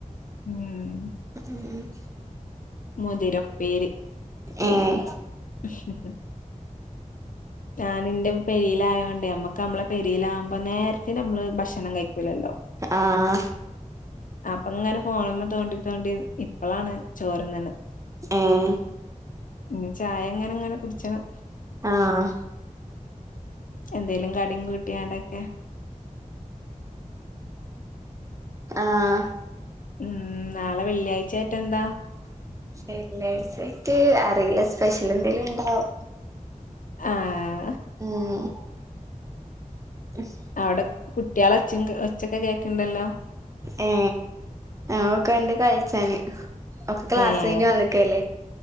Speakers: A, on the left; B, on the right.
A: ഉും
B: <unintelligible>
A: മുതിരപ്പേര് പിന്നെ
B: ഏഹ്
A: ഹും ഹും ഞാനിന്റെ പെരിയിലായയോണ്ടേ നമ്മക്ക് നമ്മളെ പെരിയിലാവുംബ പ്പൊ നേരത്തിന് മ്മള് ഭക്ഷണം കഴിക്കുല്ലല്ലോ?
B: ആഹ്
A: അപ്പൊങ്ങനെ ഫോൺമ്മേ തോണ്ടി തോണ്ടി ഇപ്പളാണ് ചോറ് തിന്ന്ണ്
B: ഏഹ്
A: ഞിചായ ഇങ്ങനെ ഇങ്ങനെ കുടിച്ചണം.
B: ആഹാ
A: എന്തേലും കടിം കൂട്ടിയാണ്ടൊക്കെ
B: ആഹഹാ
A: ഉും നാളെ വെള്ളിയാചയാട്ടെന്താ?
B: ഷെ വെള്ളിയാചയായിട്ട് അറിയില്ല. സ്പെഷ്യൽന്തേലും ഉണ്ടാവും.
A: ആഹാ ഹ്
B: മ്ം <unintelligible>
A: അവിടെ കുട്ടിയാളെ ഒച്ച ഒച്ചൊക്കെ കേൾക്ക്ണ്ടല്ലോ?
B: ഏ ആഒക്കണ്ട് കൾളിച്ചാന് ഒക്കെ ക്ലാസ്
A: ഏഹ്
B: കഴിഞ്ഞ് വന്നക്കല്ലേ